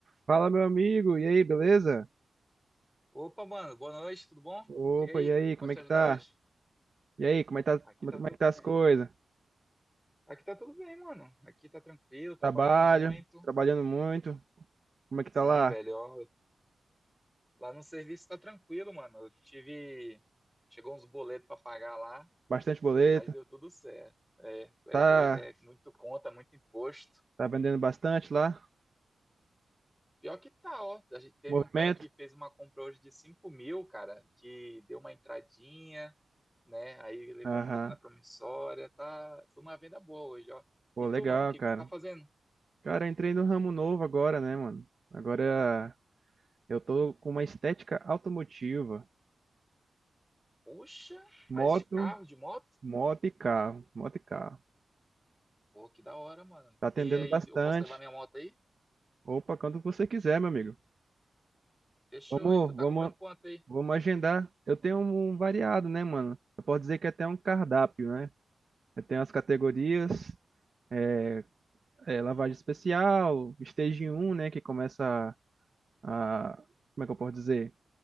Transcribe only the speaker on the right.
Fala, meu amigo, e aí, beleza?
Opa,
e aí, como
é
que
tá?
E aí, como é que tá,
como
é como
é que tá
as coisas?
Trabalho,
trabalhando muito, como é que
tá lá?
Bastante boleto,
tá,
tá vendendo bastante lá?
Movimento?
Aham,
pô,
legal,
cara.
Cara, eu entrei no ramo novo agora, né, mano? Agora eu tô com uma estética automotiva,
moto,
moto e carro, moto e carro.
Tá atendendo
bastante.
Opa, quando você quiser, meu amigo.
Vamos,
vamos.
Vamos agendar. Eu tenho um um variado, né, mano? Eu posso dizer que é até um cardápio, né? Eu tenho as categorias, é, é, lavagem especial, stage um, né, que começa a, a- como é que eu posso dizer?